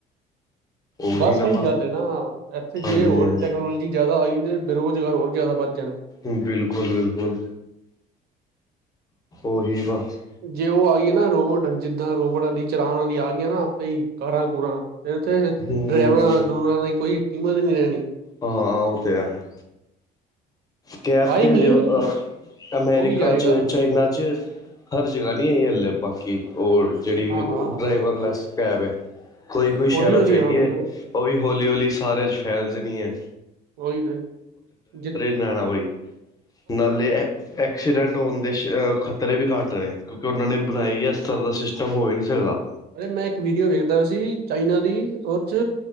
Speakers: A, on the left (about 20°); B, on the right (about 70°).
A: ਉਹੀ
B: ਬਸ
A: ਨਾ
B: ਇਹੀ ਗੱਲ ਹੈ ਨਾ, ਇੱਥੇ
A: ਹਾਂਜੀ
B: ਜੇ ਹੋਰ
A: ਹਾਂਜੀ
B: ਟੈਕਨੋਲੋਜੀ ਜਿਆਦਾ ਆਈ ਤੇ ਬੇਰੁਜ਼ਗਾਰ ਹੋਰ ਜ਼ਿਆਦਾ ਵੱਧ ਜਾਣ
A: ਬਿਲਕੁਲ, ਬਿਲਕੁਲ ਉਹੀ ਬਸ
B: ਜੇ ਉਹ ਆ ਗਈ ਨਾ ਰੋਬੋਟ ਜਿੱਦਾਂ ਰੋਬਟਾ ਦੀ ਚਲਾਉਣ ਦੀ ਆ ਗਈਆਂ ਨਾ ਆਪੇ ਹੀ ਕਾਰਾਂ ਕਾਂ ਫਿਰ ਉਥੇ
A: ਹਮ
B: ਡਰਾਈਵਰਾਂ ਡਰਾਈਵਰ ਦੀ ਕੋਈ ਕੀਮਤ ਨਹੀਂ ਰਹਿਣੀ
A: ਹਾਂ ਔ ਤੇ ਹੈ ਕੈਪ
B: ਆਏਗੀ
A: ਤੇ ਹਜੇ ਅਮੈਰੀਕਾ,
B: ਉਹ ਵੀ ਆਏਗਾ
A: ਚਾਈਨਾ ਚ ਹਰ ਜਗ੍ਹਾ ਨਹੀਂ ਆਈ ਬਾਕੀ ਉਹ ਜਿਹੜੀ
B: ਹਾਂ ਹਾਂ
A: ਡਰਾਈਵਰਲੈਸ ਕੈਬ ਹੈ ਕੋਈ- ਕੋਈ
B: ਹੌਲੀ
A: ਸ਼ਹਿਰਾਂ
B: ਹੌਲੀ
A: ਚ ਆਈਏ
B: ਆਣਗੀਆਂ
A: ਉਹ ਵੀ ਹੌਲੀ- ਹੌਲੀ ਸਾਰਿਆਂ ਚ ਫੈਲ ਜਾਣੀ ਹੈ।
B: ਉਹੀ ਨੇ ਜਿੱ
A: ਨਾਲਣਾ ਕੋਈ, ਨਾਲੇ ਐਕਸੀਡੈਂਟ ਹੋਣ ਦੇ ਖਤਰੇ ਵੀ ਘੱਟ ਨੇ, ਕਿਉਂਕਿ ਉਹਨਾਂ ਨੇ ਬਣਾਈ ਇਸ ਤਰ੍ਹਾਂ ਦਾ ਸਿਸਟਮ ਹੋ ਹੀ ਨਹੀਂ ਸਕਦਾ
B: ਅਰੇ ਮੈਂ ਇੱਕ ਵੀਡੀਓ ਵੇਖਦਾ ਸੀ ਚਾਈਨਾ ਦੀ ਉਹਦੇ ਚ